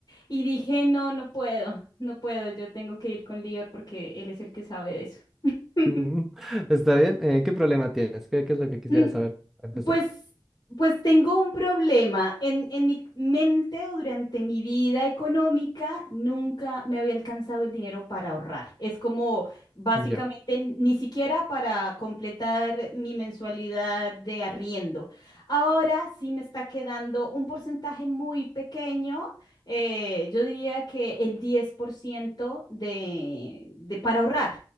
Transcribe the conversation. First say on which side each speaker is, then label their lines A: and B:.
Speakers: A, on the left (about 50°); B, in the centre.
A: Y dije, no, no puedo, no puedo. Yo tengo que ir con Lior porque él es el que sabe de eso. <laughs>
B: Mm, Está bien. eh, ¿qué problema tienes? ¿Qué, qué es lo que quisiera
A: Mm,
B: saber para empezar?
A: Pues, pues tengo un problema. En, en mi mente o durante mi vida económica nunca me había alcanzado el dinero para ahorrar. Es como básicamente
B: Ya.
A: n- ni siquiera para completar mi mensualidad de arriendo. Ahora sí me está quedando un porcentaje muy pequeño. eh, yo diría que el 10% de, de para ahorrar.